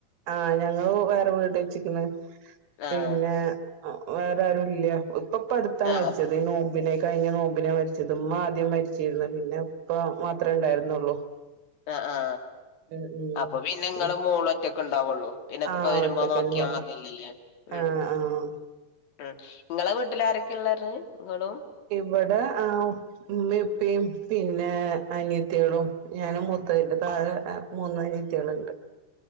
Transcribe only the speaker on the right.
ആഹ് ഞങ്ങൾ വേറെ വീട് വച്ചിക്ക്ണ് പിന്നെ
അഹ് വേറെ ആരും ഇല്ല ഇപ്പ അടുത്താ
മരിച്ചത് ഈ നോമ്പിനു കഴിഞ്ഞ നോമ്പിനാ മരി ചതുമ് ആദ്യം മരിച്ചിരുന്നു പിന്നെ ഇപ്പ മാത്രമേ ഉണ്ടായിരുന്നുള്ളൂ
ഉം
ഉം
ആഹ്
ഒറ്റക്കന്നെ
ഉള്ളു
ആഹ് ആഹ്
ഇവിടെ ആ ഉമ്മയും ഉപ്പിംപിന്നെ അനത്തികളും ഞാനും മൂത്തതിന്റെ താഴെ മൂന്ന് അനത്തികളുണ്ട്